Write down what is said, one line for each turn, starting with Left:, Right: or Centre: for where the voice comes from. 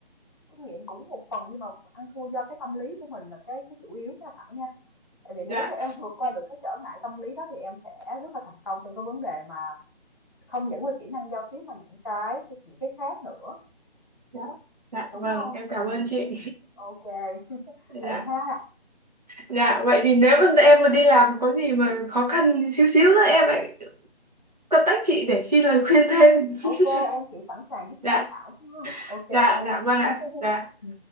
Left: kinh nghiệm cũng một phần nhưng mà ăn thua do cái tâm lý của mình là cái cái chủ yếu nha Thảo nha. Tại vì nếu
Right: dạ
Left: như em vượt qua được cái trở ngại tâm lý đó thì em sẽ rất là thành công trong cái vấn đề mà không những là kỹ năng giao tiếp mà những cái cái- những cái khác nữa,
Right: dạ dạ
Left: đúng
Right: vâng
Left: không?
Right: em
Left: Ừ,
Right: cảm ơn chị
Left: ừ. Ok, <laughs> vậy
Right: dạ
Left: ha.
Right: dạ vậy thì nếu mà em mà đi làm có gì mà khó khăn xíu xíu nữa em lại contact chị để xin lời khuyên thêm <laughs>
Left: Ok, em chỉ sẵn sàng giúp
Right: dạ
Left: đỡ Thảo thôi. Ok
Right: dạ
Left: em.
Right: dạ vâng
Left: <laughs>
Right: ạ dạ
Left: Ừ.